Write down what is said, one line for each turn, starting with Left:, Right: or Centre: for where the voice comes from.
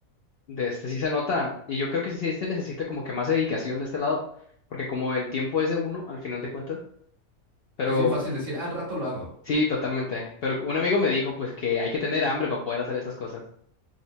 Left: De este sí se nota, y yo creo que sí se necesita como que más dedicación de este lado, porque como el tiempo es de uno, al final de cuentas, pero
Right: Es bien fácil decir, al rato lo hago.
Left: sí, totalmente. Pero un amigo me dijo, pues, que hay que tener hambre para poder hacer estas cosas.